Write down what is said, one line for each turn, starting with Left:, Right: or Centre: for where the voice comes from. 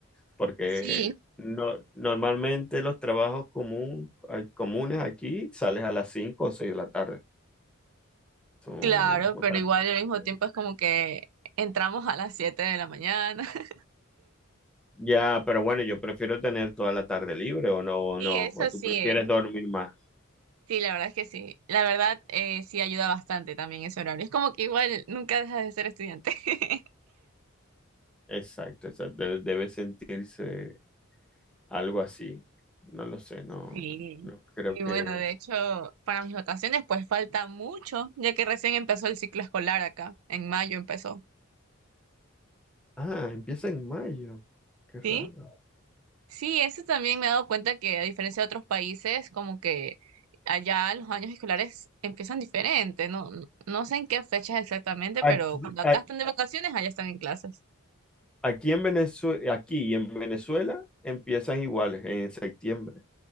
Centre: Porque
Right: Sí,
Centre: no, normalmente los trabajos común- ay, comunes aquí sales a las 5 o 6 de la tarde. Son,
Right: claro,
Centre: o
Right: pero
Centre: sea,
Right: igual al mismo
Centre: Sí.
Right: tiempo es como que entramos a las 7 de la mañana. <laughs>
Centre: ya, pero bueno, yo prefiero tener toda la tarde libre o no, o
Right: Sí,
Centre: no,
Right: eso
Centre: o tú
Right: sí.
Centre: prefieres
Right: eh.
Centre: dormir más.
Right: Sí, la verdad es que sí. La verdad, eh, sí ayuda bastante también ese horario. Es como que igual nunca dejas de ser estudiante. <laughs>
Centre: Exacto, o sea, de- debe sentirse algo así. No lo sé, no,
Right: Sí.
Centre: no creo
Right: Y
Centre: que...
Right: bueno, de hecho, para mis vacaciones pues falta mucho, ya que recién empezó el ciclo escolar acá, en mayo empezó.
Centre: Ah, empieza en mayo. Qué raro.
Right: ¿Sí? Sí, eso también me he dado cuenta que a diferencia de otros países, como que allá los años escolares empiezan diferente, no, no no sé en qué fechas exactamente,
Centre: Aquí,
Right: pero cuando acá están de vacaciones, allá están en clases.
Centre: Aquí en Venezuela, aquí y en Venezuela empiezan iguales en septiembre.